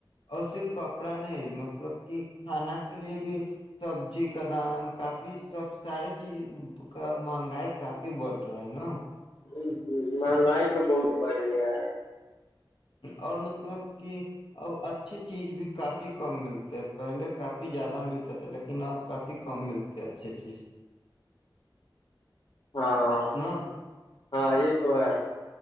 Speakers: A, on the left; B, on the left.
A: اور صرف کپڑا نہیں مطلب کہ کھانا کے لیے بھی سبزی کا دام کافی سب سارے چیز کا مہنگائی کافی بڑھ رہا ہینا
B: جی جی مہنگائی تو بہت بڑ گیا
A: اور مطلب کہ اب اچھی چیز بھی کافی کم ملتے ہے پہلے کافی زیادہ ملتے تھے لیکن اب کافی کم ملتے ہیں اچھی چیز
B: ہاں
A: نا
B: ہاں یہ تو ہے